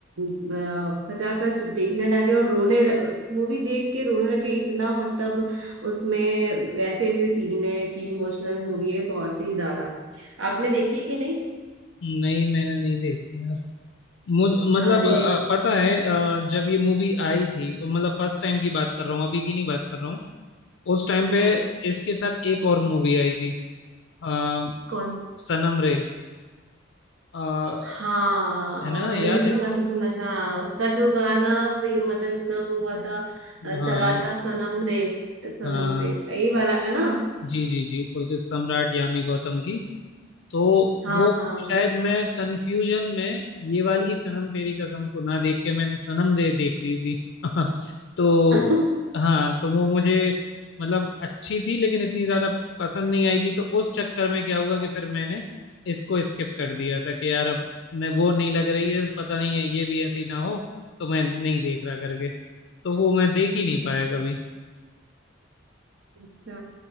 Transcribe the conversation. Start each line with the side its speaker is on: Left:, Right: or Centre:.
Right: अ, खचाखच देखने लगे और रोने मूवी देख के रोने लगे इतना मतलब उसमें वैसे ऐसे सीन है कि इमोशनल मूवी है बहुत ही ज्यादा आपने देखी है कि नहीं
Left: नहीं मैंने नहीं देखी मुझ मतलब
Right: अरे
Left: अ, पता है अ, जब ये मूवी आई थी मतलब फर्स्ट टाइम की बात कर रहा हूँ अभी की नहीं बात कर रहा हूँ उस टाइम पे
Right: हम्म,
Left: इसके साथ एक और मूवी आई थी आ,
Right: कौन
Left: सनम रे अ,
Right: हाँ
Left: है ना
Right: मैंने
Left: याद
Right: भी सुना
Left: है
Right: था सुना था उसका जो गाना प्रे- मतलब इतना वो हुआ था अ,
Left: हाँ
Right: चला था सनम रे सनम
Left: हाँ
Right: रे यही वाला ना
Left: जी जी जी पुलकित सम्राट यामी गौतम की तो
Right: हाँ
Left: वो
Right: हाँ
Left: शायद मैं कंफ्यूजन में ये वाली सनम तेरी कसम को ना देख के मैंने सनम दे देख ली थी <laughs> तो
Right: <laughs>
Left: हाँ तो वो मुझे मतलब अच्छी थी लेकिन इतनी ज्यादा पसंद नहीं आई थी तो उस चक्कर में क्या हुआ कि फिर मैंने इसको स्किप कर दिया था कि यार अब न, वो नहीं लग रही है पता नहीं है ये भी ऐसे ही ना हो तो मैं नहीं देख रहा करके तो वो मैं देख ही नहीं पाया कभी
Right: अच्छा